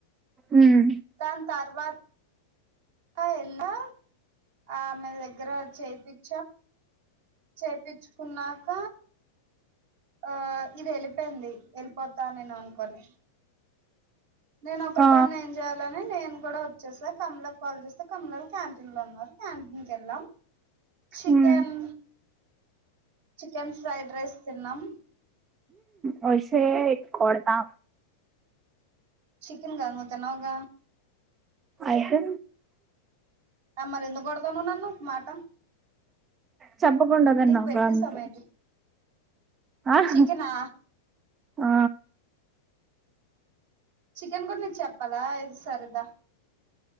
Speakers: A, on the right; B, on the right.
A: మ్మ్
B: దాన్ తర్వాత్ క ఎలా ఆమే దగ్గర చేప్పించ్ చేపిచ్చుకున్నాక ఆ ఇది వెలిపోయింది వెళ్ళిపోతా నేను అనుకోని నేను ఒక
A: ఆ
B: దాన్ని ఏం చేయ్యాలని నేను కూడా వచ్చేసా కమల కాల్ చేస్తే కమ్నాలు క్యాంటీన్ లో ఉన్నారు క్యాంటీన్ కి ఎళ్ళాం. చికెన్.
A: మ్మ్
B: చికెన్ ఫ్రైడ్ రైస్ తిన్నాం.
A: వేసేయ్ కొడతా.
B: చికెన్ గ నువ్వు తినవు గ.
A: అయితే
B: అ మరి ఎందుకు గోడుతున్నావ్ నన్న మాట.
A: చెప్పకుండ తిన్నావు
B: నీకు పెట్టేస్తా
A: గా అంతే.
B: మేబీ
A: ఆహ
B: చికెనా
A: ఆ.
B: చికెన్ కూడా నేను చెప్పాలా ఏది సరదా.